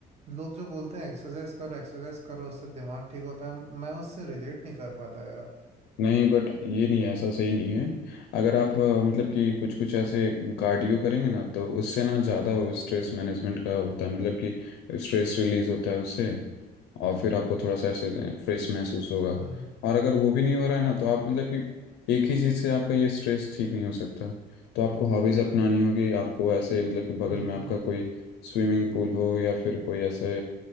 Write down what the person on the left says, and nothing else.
नहीं बट ये नहीं है, ऐसा सही नहीं है अगर आप अ, मतलब कि कुछ कुछ ऐसे कार्डियो करेंगे ना तो उससे ना ज़्यादा स्ट्रेस मैनेजमेंट का होता है मतलब कि स्ट्रेस रिलीज होता है उससे और फिर आपको थोड़ा सा ऐसे फ्रेश महसूस होगा
और अगर वो भी नहीं हो रहा है ना तो आप मतलब कि एक ही चीज़ से आपका ये स्ट्रेस ठीक नहीं हो सकता तो आपको हॉबीज़ अपनानी होगी आपको ऐसे मतलब कि बगल
में आपका कोई स्विमिंग पूल हो या फिर कोई ऐसे